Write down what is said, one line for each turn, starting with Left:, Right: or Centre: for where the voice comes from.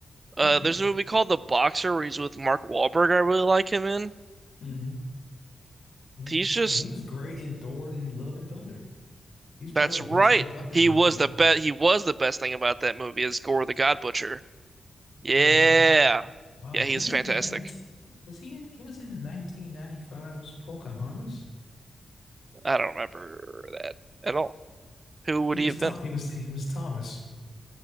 Right: Uh,
Left: <laughs>
Right: there's a movie called The Boxer where he's with Mark Wahlberg. I really like him in.
Left: hmm Oh,
Right: He's just
Left: oh, <laughs> he was great in Thor and Love and Thunder. He's probably
Right: that's
Left: the
Right: right.
Left: best thing about that
Right: He
Left: movie.
Right: was the
Left: <laughs>
Right: best. He was the best thing about that movie is Gore the God Butcher. Yeah,
Left: Uh-huh. Wow.
Right: yeah, he's
Left: He was
Right: fantastic.
Left: in 19 was he in, he was in nineteen ninety five's Pocahontas?
Right: I don't remember that at all. Who
Left: He
Right: would
Left: was
Right: he have
Left: Tom
Right: been?
Left: he was he was Thomas.